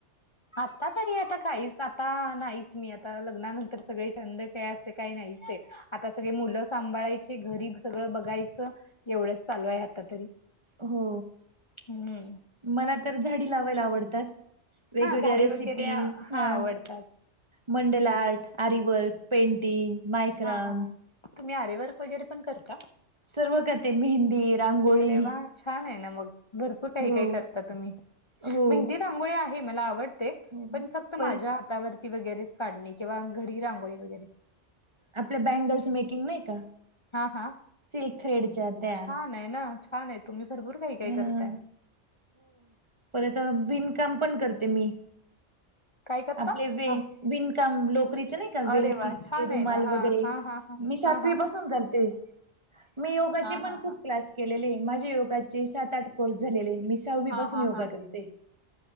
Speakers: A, on the left (about 30°); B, on the right (about 25°).
A: आता तरी आता काहीच, आता नाहीच मी आता लग्नानंतर सगळे छंद ते असे काही नाही च आता सगळे मुलं सांभाळायचे, घरी सगळं बघायचं एवढंच चालू आहे आता तरी
B: हो,
A: हम्म
B: मला तर झाडी लावायला आवडतात. वेगवेगळ्या
A: हा झाडे
B: रेसिपी,
A: वगैरे
B: हा
A: आवडतात.
B: मंडल आर्ट, आरीवर्क, पेंटिंग, मायक्राम
A: हा हा हा तुम्ही आरेवर्क वगैरे पण करता?
B: सर्व करते मेहंदी रांगोळी
A: अरे वा छान आहे ना मग, भरपूर काही,
B: हो
A: काही करता तुम्ही,
B: हो
A: मेहंदी रांगोळी आहे मला आवडते,
B: हो
A: पण फक्त माझ्या
B: परत
A: हातावरती वगैरेच काढली. किंवा घरी रांगोळी वगैरे
B: आपले बँगल्स मेकिंग नाही का!
A: हा हा
B: सिल्क थ्रेडच्या त्या
A: छान आहे ना छान आहे तुम्ही भरपूर काही काही
B: हा
A: करताय
B: तर बिनकाम पण करते मी
A: काय करता
B: आपले वे
A: हा
B: विणकाम लोकरीच नाही का
A: अरे
B: वेलचीचे
A: वा छान
B: रुमाल
A: आहे ना हा
B: वगैरे
A: हा हा
B: मी सातवी
A: हा हा हा
B: पासून करते मी योगाचे
A: हा
B: पण
A: हा हा
B: खूप
A: हा
B: क्लास केलेले माझे योगाचे सात आठ कोर्स झालेलेी सहावी
A: हा
B: पासून
A: हा हा
B: योगा करते.